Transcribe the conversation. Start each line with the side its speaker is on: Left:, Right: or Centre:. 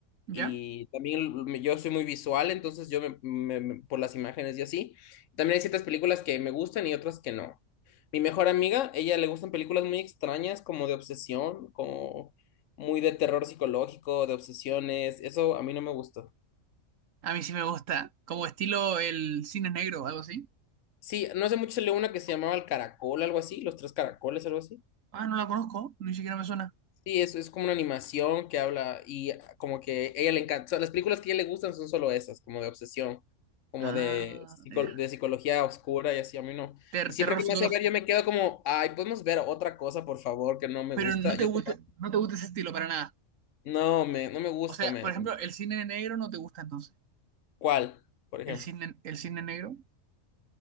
Left: Y
Right: ya.
Left: también me- yo soy muy visual, entonces yo me- me- me- por las imágenes y así. También hay ciertas películas que me gustan y otras que no. Mi mejor amiga, ella le gustan películas muy extrañas, como de obsesión, como muy de terror psicológico, de obsesiones. Eso a mí no me gustó.
Right: A mí sí me gusta, como estilo el cine negro, algo así.
Left: Sí, no hace mucho salió una que se llamaba El Caracol, algo así, Los Tres Caracoles, algo así.
Right: Ah, no la conozco, ni siquiera me suena.
Left: Sí, es, es como una animación que habla y como que ella le encanta, o sea, las películas que a ella le gustan son solo esas, como de obsesión, como
Right: Ah,
Left: de, psico-
Right: ya.
Left: de psicología oscura y así, a mí no.
Right: Ter-
Left: Y siempre
Right: terror
Left: que
Right: psicológico.
Left: me hace ver, yo me quedo como, ay, podemos ver otra cosa, por favor, que no me
Right: Pero
Left: gusta.
Right: no
Left: Yo
Right: te gusta,
Left: soy más-
Right: no te gusta ese estilo para nada.
Left: no, me, no me gusta,
Right: O sea,
Left: me...
Right: por ejemplo, el cine negro no te gusta entonces.
Left: ¿Cuál, por ejemplo?
Right: El cine, el cine negro,